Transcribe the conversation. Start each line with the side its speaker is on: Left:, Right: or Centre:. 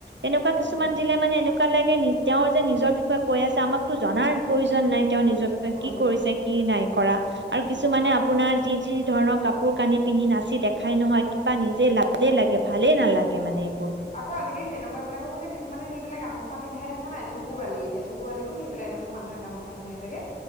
Right: এনেকুৱা কিছু
Left: উম
Right: দিলে মানে। এনেকে তেওঁ যে নিজৰ বিষয়ে কৈ আছে আমাকতো জনাৰ প্ৰয়োজন নাই। তেওঁ নিজৰ বিষয়ে।
Left: প্ৰয়োজনৰ
Right: কি কৰিছে কি নাই। ধৰা আৰু কিছুমানে আপোনাৰ যি যি ধৰণৰ কাপোৰ কানি পিন্ধি নাচি দেখাই নহয়। কিবা নিজে লাজে লাগে ভালেই নালাগে মানে। এইবোৰ
Left: আকৌ আজিকালি তেনেকুৱা বিলাককো যে কিছুমানে নি পিলাক গামোচা। পিন্ধাই দেখা নাই। চকুৰ আলি এতিয়া চকুৰ আলি নি পেলাই দুখুন মানুহে গামোচা। পিন্ধাই থাকে।